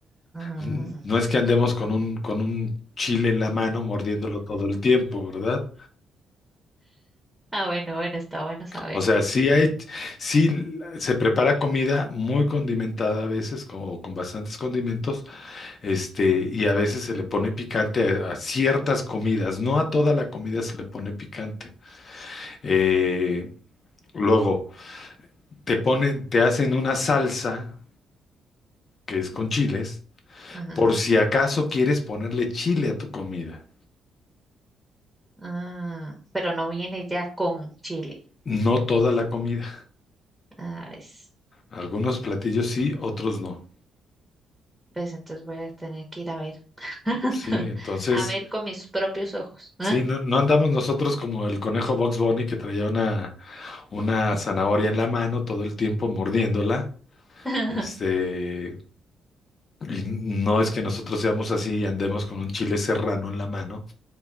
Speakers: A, in the centre; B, on the left (about 45°).
A: mm.
B: N- No es que andemos con un, con un chile en la mano mordiéndolo todo el tiempo, ¿verdad?
A: Ah, bueno, bueno, está bueno saberlo.
B: O sea, sí hay, sí se prepara comida muy condimentada a veces, con, con bastantes condimentos, Este, y a veces se le pone picante a, a ciertas comidas, no a toda la comida se le pone picante. Eh, luego, te ponen, te hacen una salsa que es con chiles,
A: Ajá.
B: por si acaso quieres ponerle chile a tu comida.
A: Ah, pero no viene ya con Chile.
B: No toda la comida.
A: Ah, ves.
B: Algunos platillos sí, otros no.
A: Ves, entonces voy a tener que ir a ver. <laughs>
B: Sí, entonces,
A: A ver con mis propios ojos.
B: sí, no, no andamos nosotros como el conejo Box Bunny que traía una, una zanahoria en la mano todo el tiempo mordiéndola.
A: <laughs>
B: Este, Y No es que nosotros seamos así y andemos con un chile serrano en la mano,